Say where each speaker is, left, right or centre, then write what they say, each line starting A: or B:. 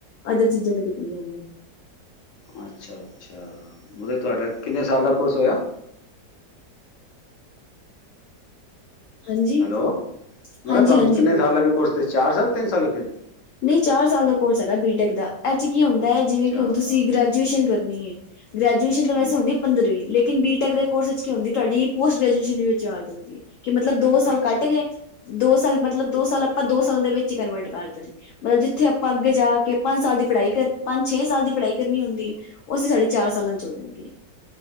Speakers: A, on the left (about 85°); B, on the left (about 60°).
A: ਅਦਰ ਚੀਜ਼ਾਂ ਤੇ ਕਟੀ ਜਾਂਦੇ ਨੇ।
B: ਅੱਛਾ, ਅੱਛਾ ਮਤਲਬ ਤੁਹਾਡਾ ਕਿੰਨੇ ਸਾਲ ਦਾ ਕੋਰਸ ਹੋਇਆ।
A: ਹਾਂਜੀ
B: ਹੈਲੋ, ਮੈਂ
A: ਹਾਂਜੀ
B: ਕਿਹਾ ਤੁਹਾਨੂੰ
A: ਹਾਂਜੀ
B: ਕਿੰਨੇ
A: ਬੋਲੋ
B: ਸਾਲ ਲੱਗੇ ਕੋਰਸ ਦੇ ਚਾਰ ਸਾਲ ਤਿੰਨ ਸਾਲ ਲੱਗੇ?
A: ਨਹੀਂ ਚਾਰ ਸਾਲ ਦਾ ਕੋਰਸ ਹੈਗਾ ਬੀਟੈਕ ਦਾ ਇਹ ਚ ਕੀ ਹੁੰਦਾ
B: ਅੱਛਾ
A: ਹੈ ਜਿਵੇਂ
B: ਚਾਰ
A: ਕਿ ਹੁਣ
B: ਸਾਲ
A: ਤੁਸੀਂ ਗ੍ਰੈਜੂਏਸ਼ਨ ਕਰਨੀ ਹੈ। ਗ੍ਰੈਜੂਏਸ਼ਨ ਤਾਂ
B: ਹੂੰ
A: ਵੈਸੇ ਹੁੰਦੀ ਹੈ ਪੰਦਰਵੀਂ। ਲੇਕਿਨ ਬੀਟੈਕ ਦੇ ਕੋਰਸ ਵਿੱਚ ਕੀ ਹੁੰਦੀ ਤੁਹਾਡੀ ਪੋਸਟ ਗ੍ਰੈਜੂਏਸ਼ਨ ਵਿੱਚ ਆ ਜਾਂਦੀ ਹੈ ਕਿ ਮਤਲਬ ਦੋ ਸਾਲ
B: ਅੱਛਾ
A: ਕੱਟ ਗਏ। ਦੋ ਸਾਲ ਮਤਲਬ ਦੋ ਸਾਲ ਆਪਾਂ ਦੋ ਸਾਲਾਂ ਦੇ ਵਿੱਚ ਹੀ ਕਨਵਰਟ ਕਰ ਦਿੰਨੇ। ਮਤਲਬ ਜਿੱਥੇ ਆਪਾਂ ਅੱਗੇ ਜਾ ਕੇ ਪੰਜ ਸਾਲ ਦੀ ਪੜ੍ਹਾਈ ਕਰ ਪੰਜ ਛੇ ਸਾਲ ਦੀ ਪੜ੍ਹਾਈ ਕਰਨੀ ਹੁੰਦੀ ਹੈ। ਉਹ ਸੀ ਸਾਡੀੇ ਚਾਰ ਸਾਲਾਂ ਚ ਹੋ ਜਾਂਦੀ ਹੈ।